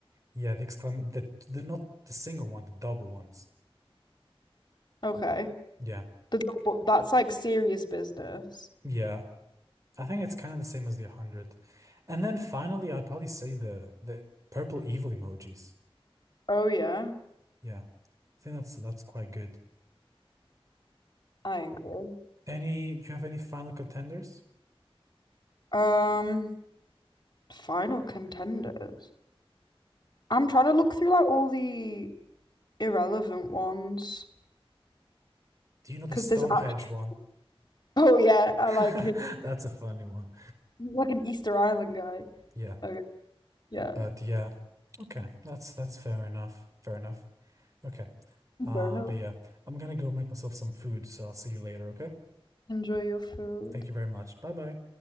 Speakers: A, on the right; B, on the left.
A: Yeah, the exclam the the not the single one, the double ones.
B: Okay.
A: Yeah.
B: The double, that's like serious business.
A: Yeah. I think it's kind of the same as the 100. And then finally, I'd probably say the the purple evil emojis.
B: Oh yeah,
A: Yeah. I think that's that's quite good.
B: I agree.
A: Any, do you have any final contenders?
B: Um, final contenders. I'm trying to look through like all the irrelevant ones
A: Do you know the
B: because
A: Stonehenge
B: there's actually.
A: one?
B: <laughs> Oh yeah, I
A: <laughs>
B: like him.
A: That's a funny one.
B: He's like an Easter Island guy.
A: Yeah,
B: Okay, yeah,
A: but yeah. Okay, that's that's fair enough. Fair enough. Okay. Um,
B: fair enough.
A: but yeah, I'm gonna go make myself some food, so I'll see you later, okay?
B: Enjoy your food.
A: Thank you very much. Bye bye.